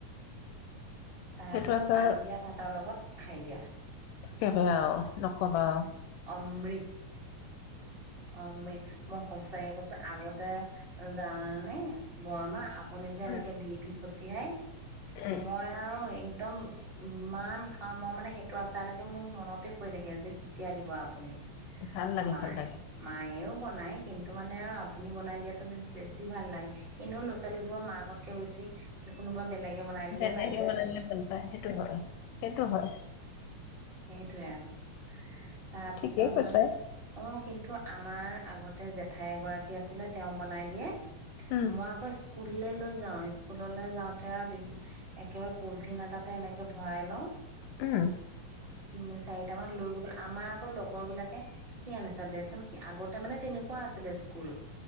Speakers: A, on the right; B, on the left.
A: তাৰ
B: সেইটো
A: পিছত
B: আচাৰ
A: পানী দিয়া ভাতৰ লগত খাই দিয়া
B: একেবায়ে আও নকবা আও
A: অমৃত অমৃত মই সঁচাকে কৈছো আগতে জানানে বৰমা আপ আপুনি যে এনেকে
B: উম
A: দি দি ফটিয়াই
B: উম
A: মই আৰু এই একদম ইমান খাওঁ মই মানে সেইটো আচাৰৈকে মোৰ মনতে পৰি থাকে যে কেতিয়া দিব আপুনি
B: ভাল লাগে
A: মায়ে
B: ভাল লাগে
A: মায়েও বনাই কিন্তু মানে আৰু আপুনি বনাই দিয়াতো বেছি ভাল লাগে এনেও ল'ৰা ছোৱালীবোৰৰ মাকতকে বেছি কোনোবা বেলেগ কে বনাই দিলে
B: বেলেগে
A: ভাল লাগে
B: বনাই দিলে ভাল পায় সেইটো হয় সেইটো হয়
A: সেইটোয়ে আৰু তাৰপিছত
B: ঠিকেই কৈছা
A: মানে অ আমাৰ আগতে জেঠাই এগৰাকী আছিলে তেওঁ বনাই দিয়ে
B: উম
A: মই আকৌ স্কুললৈ লৈ যাওঁ স্কুললৈ যাওঁতে আৰু একেবাৰে পলিথিন এটাতে এনেক ভৰাই ল অ'হ
B: উম
A: তিনি চাৰিটা মান লৈ গৈ পেল আমাৰ আকৌ লগৰ বিলাকে কি আনিছে দেচোন কি আগতে মানে তেনেকুৱা আছিলে স্কুল